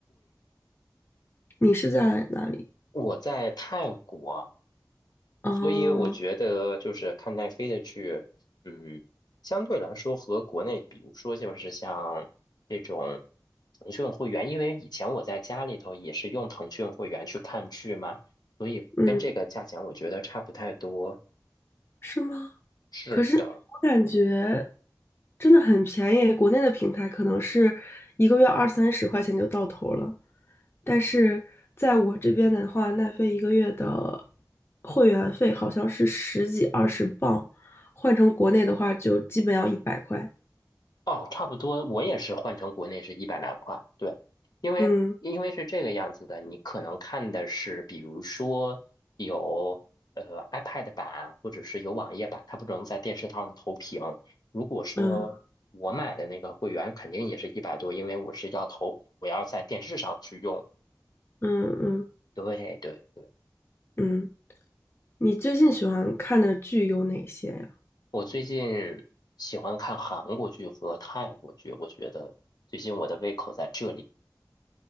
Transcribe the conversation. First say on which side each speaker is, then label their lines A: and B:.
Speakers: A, on the left; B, on the left.
A: 你是在哪里？
B: 我在泰国。
A: 哦，
B: 所以我觉得就是看奈飞的剧，嗯，相对来说和国内，比如说就是像这种腾讯会员，因为以前我在家里头也是用腾讯会员去看剧嘛，所以跟这个价钱我觉得差不太多。
A: 嗯，是吗？
B: 是的，
A: 可是我感觉
B: 嗯。
A: 真的很便宜，国内的平台可能是一个月二三十块钱就到头了，但是在我这边的话，奈飞一个月的会员费好像是十几二十磅，换成国内的话就基本要一百块。
B: 哦，差不多，我也是换成国内是一百来块，对，因为因为是这个样子的，
A: 嗯
B: 你可能看的是，比如说有呃 iPad 版或者是有网页版，它不能在电视上投屏。如果说我买的那个会员，
A: 嗯
B: 肯定也是一百多，因为我是要投，我要在电视上去用。
A: 嗯嗯
B: 对对对，
A: 嗯，你最近喜欢看的剧有哪些呀？
B: 我最近喜欢看韩国剧和泰国剧，我觉得最近我的胃口在这里。